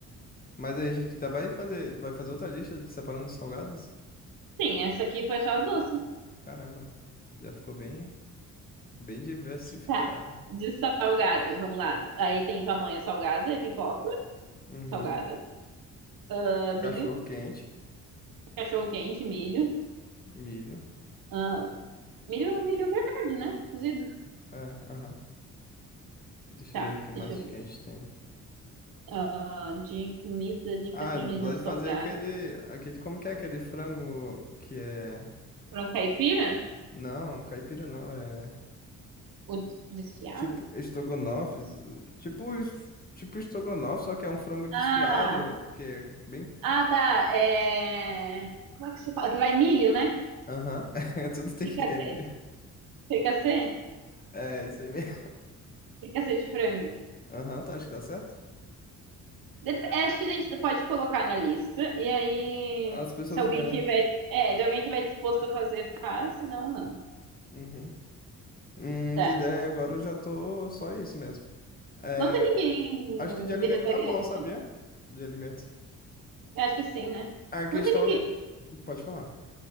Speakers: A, on the left; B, on the right.
A: Mas aí a gente tá vai fazer, vai fazer outra lista de separando os salgados?
B: Sim, essa aqui foi só doce.
A: Caramba, já ficou bem, bem diversificada.
B: Tá, de salgado, vamos lá. Aí tem pamonha salgada e pipoca
A: Uhum.
B: salgada, ah, milho,
A: Cachorro quente.
B: cachorro quente, milho,
A: Milho.
B: ah, milho, milho verde, né? Cozido.
A: É, aham. Deixa
B: Tá,
A: eu ver o que mais
B: deixa eu
A: que a gente tem.
B: ah, de comida de
A: Ah,
B: festa
A: dublagem
B: junina salgado.
A: fazer aquele, aquele. Como que é aquele frango que é.
B: Frango caipira?
A: Não, caipira não, é.
B: O desfiado?
A: Tipo estrogonofe. Tipo, es- tipo estrogonofe, só que é um frango desfiado,
B: Ah,
A: que é bem.
B: ah, tá. É... Como é que você fala? Que vai milho, né?
A: Aham. <laughs> Tudo tem
B: Fricassê.
A: que ter milho.
B: Fricassê?
A: É, isso aí mesmo.
B: Fricassê de frango.
A: Aham, tu acha que dá certo?
B: Dep- é, Acho que a gente pode colocar na lista. E aí,
A: As pessoas
B: se alguém
A: veem,
B: tiver,
A: né?
B: é, se alguém tiver disposto a fazer, faz, se não, não.
A: Uhum. Hum,
B: Tá.
A: de ideia agora eu já tô só isso mesmo. É,
B: Não tem ninguém
A: acho que de alimento
B: vegetariano,
A: tá bom, sabia?
B: né?
A: De alimento.
B: Eu acho que sim, né?
A: A questão.
B: Não tem ninguém.
A: Pode falar.